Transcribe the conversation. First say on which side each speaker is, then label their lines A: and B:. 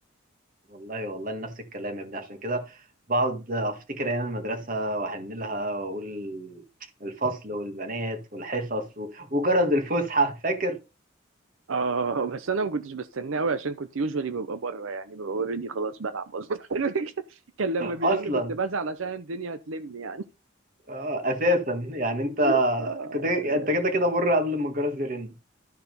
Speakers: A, on the right; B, on the right.
A: والله والله نفس الكلام يا ابني عشان كده بقعد افتكر ايام المدرسه واحن لها واقول الفصل والبنات والحصص و- وجرس الفسحه <laughs> فاكر
B: اه بس انا ما كنتش بستناه قوي عشان كنت يوجوالي ببقى بره يعني ببقى اوريدي خلاص بلعب اصلا <laughs> كان لما بيرن
A: اصلا
B: كنت بزعل عشان الدنيا هتلم يعني
A: آه، اساسا يعني
B: <laughs>
A: انت
B: آه،
A: كنت انت كده كده بره قبل ما الجرس يرن